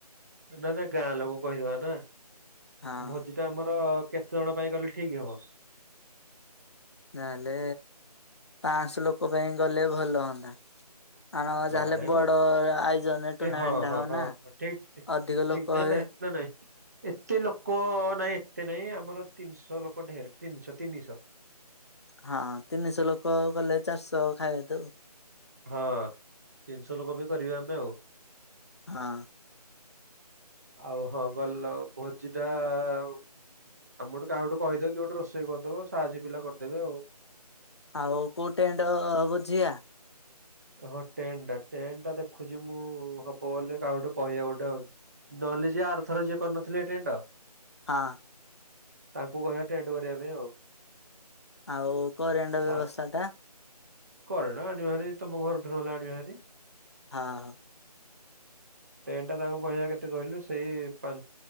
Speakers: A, on the right; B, on the left.
A: ନା ନା ଗାଁ ଲୋକ କୁ କହିଦବା ନା
B: ହଁ
A: ଭଜି ଟା ଆମର କେତେ ଜଣ ପାଇଁ କଲେ ଠିକ ହବ?
B: ନହେଲେ ପାଁଶହ ଲୋକ ପାଇଁ କଲେ ଭଲ ହୁଅନ୍ତା। ଆମର
A: ନାଇଁ
B: ଯାହାେଲେ ବଡ
A: ମ
B: ଆୟୋଜନରେ ଟୁର୍ଣ୍ଣାମେଣ୍ଟ
A: ଏ ହଁ ହଁ
B: ହବ
A: ହଁ
B: ନା
A: ଠିକ
B: ଅଧିକ
A: ଠିକ
B: ଲୋକ
A: ନାଇଁ
B: ହେବେ
A: ନାଇଁ ନାଇଁ ନାଇଁ ଏ <inaudible> ଏତେ ଲୋକ ନାଇଁ ଏତେ ନାଇଁ ଆମର ତିନିଶହ ଲୋକ ଢେର ତିନିଶହ ତିନିଶହ
B: ହଁ ତିନିଶହ ଲୋକ କଲେ ଚାରିଶହ ଖାଇବା ଦଉ
A: ହଁ ତିନିଶହ ଲୋକ ବି କରିବା ଆମେ ଆଉ
B: ହଁ
A: ଆଉ ହଁ ଗଲ ଭୋଜି ଟା ଆଉ ଆମର କାହାକୁ ଗୋଟେ କହିଦେବ କି ଗୋଟେ ରୋଷେଇ କରିଦବ ସାହାଯ୍ୟ ପିଲା କରିଦେବେ ଆଉ।
B: ଆଉ କୋଉ ଟେଣ୍ଡ ବୁଝିଆ?
A: ହଁ ଟେନ୍ ଟା ଟେନ୍ ଟା ଦେଖୁଛି ମୁଁ ହବ ବୋଲି କାହା ଗୋଟେ କହିବାକୁ ଗୋଟେ ହଉଛି ନହେଲେ ଯିଏ ଆରଥର ଯିଏ କରିନଥିଲେ ଟେଣ୍ଟ
B: ହଁ
A: ତାଙ୍କୁ କହିବା ଟେଣ୍ଟ କରିବା ପାଇଁ ଆଉ।
B: ଆଉ କରେଣ୍ଟ
A: ତା
B: ବ୍ୟବସ୍ଥା ଟା?
A: କରେଣ୍ଟ ଆଣିବା ହେରି ତମ ଘରଠୁ ନହେଲେ ଆଣିବା ହେରି
B: ହଁ
A: ଟେଣ୍ଟ ତାଙ୍କୁ କହିବା କେତେ କହିଲୁ ସେଇ ପା